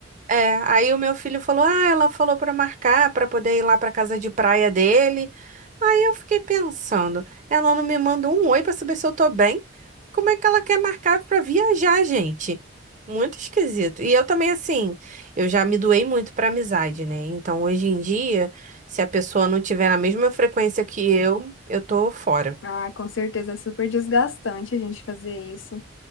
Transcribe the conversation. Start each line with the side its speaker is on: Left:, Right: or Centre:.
Right: É, aí o meu filho falou: "Ah, ela falou pra marcar pra poder ir lá pra casa de praia dele". Aí eu fiquei pensando, ela não me manda um oi pra saber se eu tô bem? Como é que ela quer marcar pra viajar, gente? Muito esquisito. E eu também assim, eu já me doei muito pra amizade, né? Então hoje em dia, se a pessoa não tiver na mesma frequência que eu, eu tô fora.
Left: Ah, com certeza é super desgastante a gente fazer isso.